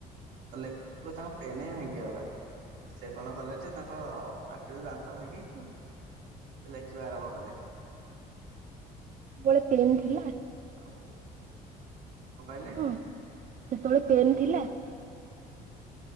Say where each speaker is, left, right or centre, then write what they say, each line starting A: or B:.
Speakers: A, on the right; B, on the right.
A: ଲେଖ ତାଙ୍କ ପେନ ଭାଇଁକି ଗଲା ସେ କଣ କଲେ ଯେ ତାଙ୍କ ପାଟିରୁ ଦାନ୍ତ ଭାଙ୍ଗିକି ଲେଖିବା ଆରମ୍ଭ କଲେ
B: ଜଣେ <unintelligible> ଥିଲା
A: ଆଉ କଣ କହିଲେ
B: ମଁ ସେତୋଳେ ପେନ୍ ଥିଲା?